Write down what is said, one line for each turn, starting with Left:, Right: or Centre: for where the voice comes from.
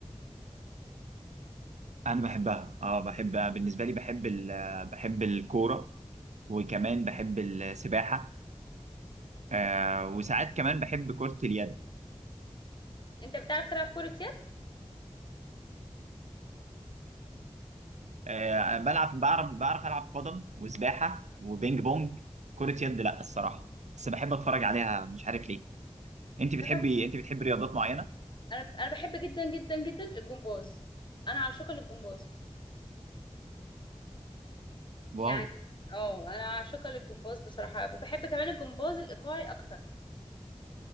Right: أنا بحبها أه بحب بالنسبة لي بحب ال... بحب الكورة وكمان بحب السباحة آه وساعات كمان بحب كرة اليد
Left: أنت بتعرف تلعب كرة يد؟
Right: آه بلعب بعرف بعرف ألعب قدم وسباحة وبينج بونج كرة يد لأ الصراحة بس بحب أتفرج عليها مش عارف ليه أنت بتحبي
Left: طبعاً.
Right: أنت بتحبي رياضات معينة؟
Left: أنا أنا بحب جدا جدا جدا الجمباز أنا عاشقة للجمباز يعني
Right: واو
Left: اه أنا عاشقة للجمباز بصراحة وبحب كمان الجمباز الإيقاعي أكتر